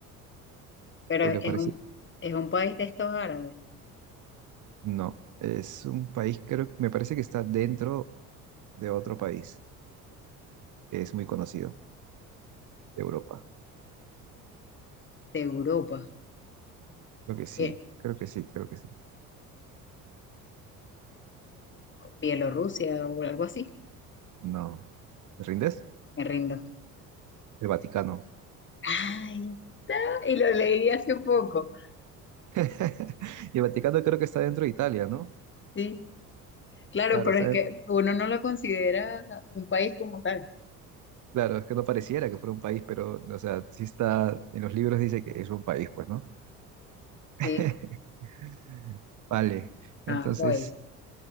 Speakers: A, on the left; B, on the right.
A: Pero
B: Porque
A: es
B: parece...
A: un, es un país de estos árabes,
B: No, es un país, creo, me parece que está dentro de otro país. que es muy conocido de Europa.
A: de Europa,
B: Creo que sí,
A: Bie-
B: creo que sí, creo que sí.
A: Bielorrusia o algo así,
B: No. ¿Me rindes?
A: me rindo.
B: El Vaticano.
A: Ay, <laughs> y lo leí hace poco,
B: <laughs> Y el Vaticano creo que está dentro de Italia, ¿no?
A: sí. Claro,
B: Claro,
A: pero
B: está,
A: es que uno no lo considera un país como tal,
B: claro, es que no pareciera que fuera un país, pero, o sea, sí está, en los libros dice que es un país, pues, ¿no? <laughs>
A: sí.
B: Vale, entonces,
A: Ah, voy.